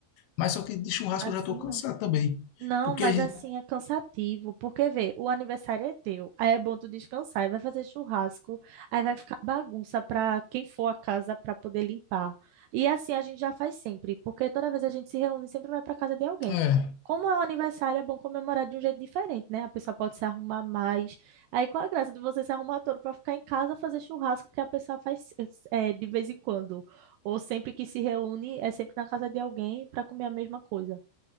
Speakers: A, on the left (about 80°); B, on the right (about 75°).
A: Mas só que de churrasco
B: Assim
A: eu já tô cansado
B: não.
A: também.
B: Não,
A: Porque
B: mas
A: a gente,
B: assim é cansativo, porque vê, o aniversário é teu, aí é bom tu descansar, aí vai fazer churrasco, aí vai ficar bagunça para quem for a casa para poder limpar. E assim a gente já faz sempre, porque toda vez a gente se reúne, sempre vai para casa de alguém.
A: é.
B: Como é um aniversário, é bom comemorar de um jeito diferente, né? A pessoa pode se arrumar mais. Aí qual a graça de você se arrumar todo para ficar em casa fazer churrasco que a pessoa faz eh, de vez em quando, ou sempre que se reúne é sempre na casa de alguém para comer a mesma coisa.